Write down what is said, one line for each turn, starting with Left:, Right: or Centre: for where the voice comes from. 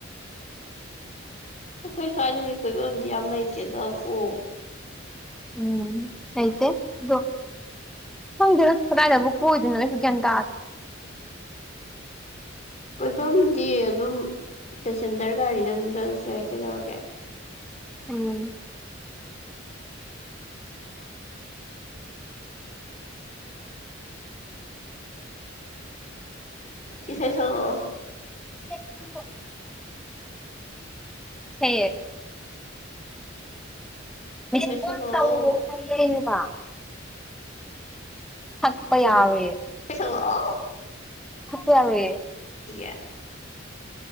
Left: ꯑꯩꯈꯣꯏ ꯁ꯭ꯋꯥꯏꯗꯗꯤ ꯀꯣꯏꯕꯗꯤ ꯌꯥꯝ ꯂꯩꯇꯦꯗ ꯀꯣ
Centre: ꯎꯝ ꯂꯩꯇꯦ ꯗꫭ ꯈꯪꯗ꯭ꯔꯦ ꯀꯗꯥꯏꯗꯕꯨ ꯀꯣꯏꯗꯣꯏꯅꯣ ꯑꯩꯁꯨ ꯒ꯭ꯌꯥꯟ ꯇꯥ
Left: ꯀꫭꯏꯐꯝꯗꯤ ꯑꯗꯨꯝ ꯄꯦꯁꯦꯟꯖꯔ ꯒꯥꯔꯤꯗ ꯑꯗꯨꯝ ꯆꯠꯂꯁꯨ ꯌꯥꯏ ꯀꯩꯗꯧꯔꯒꯦ
Centre: ꯎꯝ꯫
Left: ꯏꯁꯩꯥ ꯁꯛꯂꯛꯑꫭ
Centre: ꯕ꯭ꯂꯦꯛ ꯌꯥꯝ ꯇꯧꯔ ꯁꯩꯌꯦ ꯃꯤꯁ꯭ꯠ
Left: ꯏꯁꯩ ꯁꯛꯂꯛꯑꯣ
Centre: ꯀꯣꯜ ꯇꯧ <unintelligible> ꯁꯛꯄ ꯌꯥꯔꫭꯏꯌꯦ
Left: ꯏꯁꯩ ꯁꯛꯂꯛꯑꫭ
Centre: ꯁꯛꯄ ꯌꯥꯔꫭꯏꯌꯦ
Left: ꯌꯥ